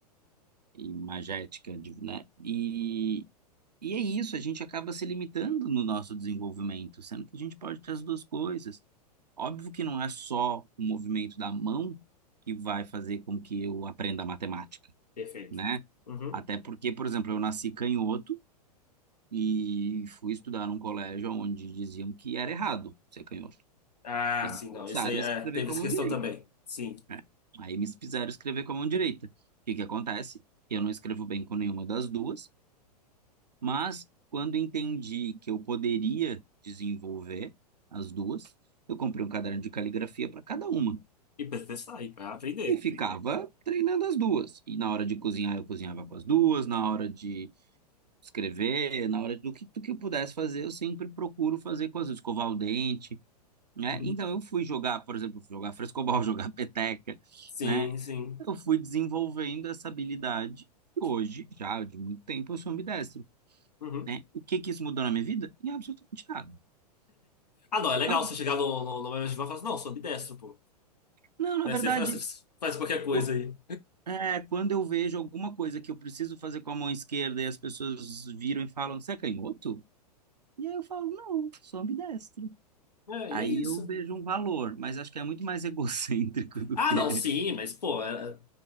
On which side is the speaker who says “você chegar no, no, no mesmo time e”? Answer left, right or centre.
Left